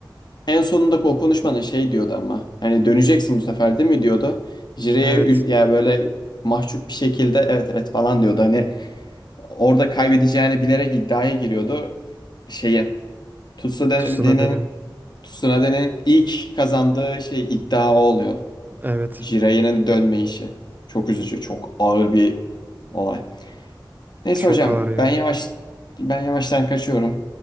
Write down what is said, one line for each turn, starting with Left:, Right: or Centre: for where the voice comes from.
Left: En sonundaki o konuşmanın şey diyordu ama hani döneceksin bu sefer değil mi diyordu. Jireye
Right: Evet.
Left: ü- ya böyle mahcup bir şekilde evet evet falan diyordu. Hani orada kaybedeceğini bilerek iddiaya giriyordu. Şeyin Tsunade'nin
Right: Tsunada'nın.
Left: Tsunade'nin ilk kazandığı şey iddia o oluyor.
Right: Evet.
Left: Jireye'nin dönme işi. Çok üzücü, çok ağır bir olay. Neyse
Right: Çok
Left: hocam
Right: ağır ya.
Left: ben yavaş ben yavaştan kaçıyorum.